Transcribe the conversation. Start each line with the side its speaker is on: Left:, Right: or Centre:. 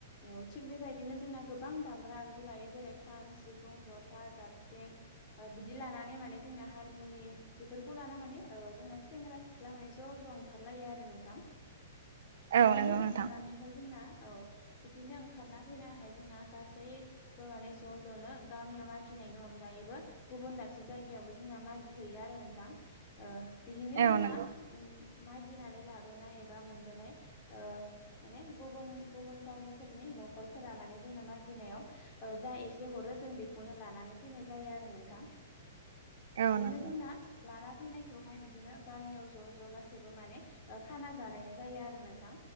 Left: ओम थिग बेबायदिनो जोंना गोबां दाम ग्रा आगजु लायो जेरै खाम सिफुं जथा जाबख्रिं ओ बेफोर बिदि लानानै माने जोंना हारमुनि बेफोरखौ लानानै माने ओ जोंना सेंग्रा सिख्ला माने ज' ज' ओंखार लायो आरो नोंथां
Right: औ
Left: बिदिनो
Right: नंगौ नोंथां
Left: ओंखारनानैहाय जोंना औ बिदिनो ओंखारना फैनो हाय जोंना गासैबो माने ज' ज'नो गामियाव मागिनायनि अनगायैबो गुबुन दाबसे जायगायावबो जोंना मागि हैैयो आरो नोंथां बिदिनो
Right: औ
Left: जोंहा
Right: नंगौ
Left: मागिनानै लाबोनाय एबा मोनबोनाय माने गुबुन गुबुन गामिफोरनि नखरफोरा माने जोंना मागिनायाव ओ जा एसे हरो जों बेखौनो लानानै फैनाय जायो आरो नोंथां
Right: औ
Left: बिदिनो
Right: नंगौ
Left: जोंना लाना फैनायखौहाय बिदिनो गामियाव ज' ज' गासैबो माने खाना जालायनाय जायो आरो नोंथां